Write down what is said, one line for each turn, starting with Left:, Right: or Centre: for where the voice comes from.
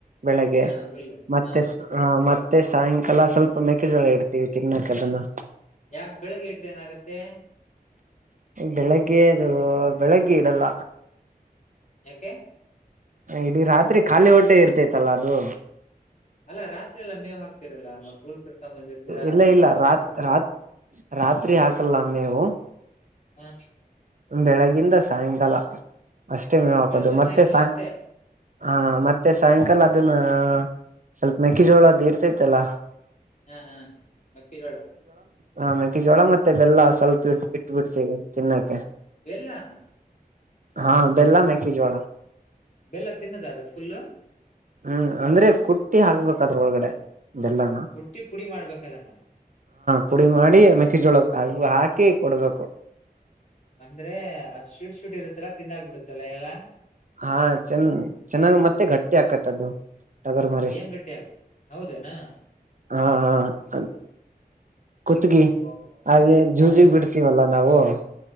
Right: ಬೆಳಗ್ಗೆ
Left: ಹಾ ಹುಲ್ಲು
Right: ಮತ್ತೆ
Left: ಹಾ
Right: ಸ ಮತ್ತೆ ಮತ್ತೆ ಸಾಯಂಕಾಲ ಸ್ವಲ್ಪ ಮೇಕೆ ಜೋಳ ಇಡ್ತೀವಿ ತಿನ್ನಾಕದನ್ನ
Left: ಯಾಕ್ ಬೆಳಗ್ಗೆ ಇಟ್ರೆ ಏನಾಗತ್ತೆ
Right: ಬೆಳಗ್ಗೆ ಅದು ಬೆಳಗ್ಗೆ ಇಡಲ್ಲ
Left: ಯಾಕೆ
Right: ಇಡೀ ರಾತ್ರಿ ಖಾಲಿ ಹೊಟ್ಟೆ ಇರ್ತೈತಲ್ಲ ಅದು
Left: ಅಲ್ಲಾ ರಾತ್ರಿ ಎಲ್ಲಾ ಮೇವ್ ಹಾಕ್ತಿರಲ್ಲಾ ಮತ್ತ್ ಉಲ್ ಕುಯ್ಕೋ ಬಂದಿರ್ತಿರಲ್ಲ
Right: ಇಲ್ಲ
Left: ಅ ಉಲ್
Right: ಇಲ್ಲ
Left: ಎಲ್ಲಾ ಹಾಕ್ತಿರಲ್ಲ
Right: ರಾತ್ ರಾತ್ ರಾತ್ರಿ ಹಾಕಲ್ಲ ಮೇವು
Left: ಹ
Right: ಬೆಳಗಿಂದ ಸಾಯಂಕಾಲ ಅಷ್ಟೇ ಮೇವ್ ಹಾಕದು
Left: ಬೆಳಗ್ಗೆ
Right: ಮತ್ತೆ
Left: ಸಾಯಂಕಾಲ
Right: ಸಯ್
Left: ಅಷ್ಟೇ
Right: ಹ ಮತ್ತೆ ಸಾಯಂಕಾಲ ಅದನ್ನ ಸ್ವಲ್ಪ ಮೆಕ್ಕೆಜೋಳ ಅದ್ ಇರ್ತೈತೆಲ್ಲ
Left: ಹಾ ಹಾ ಮಕ್ಕಿಜೋಳ
Right: ಹಾ ಮೆಕ್ಕಿಜೋಳ ಮತ್ತೆ ಬೆಲ್ಲ ಸ್ವಲ್ಪ ಇ ಇಟ್ಟ ಬಿಡ್ತೇವಿ ತಿನ್ನಕ್ಕೆ
Left: ಬೆಲ್ಲಾನ.
Right: ಹಾ ಬೆಲ್ಲ ಮೇಕೆಜೋಳ.
Left: ಬೆಲ್ಲ ತಿನ್ನದ ಅದು ಫುಲ್ಲು.
Right: ಹ್ಮ್ ಅಂದ್ರೆ ಕುಟ್ಟಿ ಹಾಕ್ಬೇಕು ಅದ್ರು ಒಳಗಡೆ. ಬೆಲ್ಲಾನ
Left: ಕುಟ್ಟಿ ಪುಡಿ ಮಾಡ್ಬೇಕ ಅದುನ್ನ.
Right: ಪುಡಿಮಾಡಿ ಮೆಕ್ಕಜೋಳ ಅವು ಹಾಕಿ ಕೊಡ್ಬೇಕು.
Left: ಅಂದ್ರೆ ಅದ್ ಶೂಟ್ ಶೂಟ್ ಇರುತ್ತಲ್ಲಾ ತಿಂದಾಗಬಿಡುತ್ತಲ್ಲಾ ಎಲ್ಲ.
Right: ಹಾ ಚನ್ ಚೆನ್ನಾಗ್ ಮತ್ತೆ ಗಟ್ಟಿ ಆಕತ್ ಅದು. ಟಗರ್ ಮರಿ
Left: ಏನ್ ಗಟ್ಟಿ ಆಗುತ್ತ ಹೌದೇನಾ.
Right: ಹಾ ಹಾ ಅ ಕುತ್ಗಿ
Left: ಓ
Right: ಹಾಗೆ
Left: ಹಾ
Right: ಜೂಜಿಗ್
Left: ಹಾ
Right: ಬಿಡ್ತೀವಲ್ಲ ನಾವು. ಹ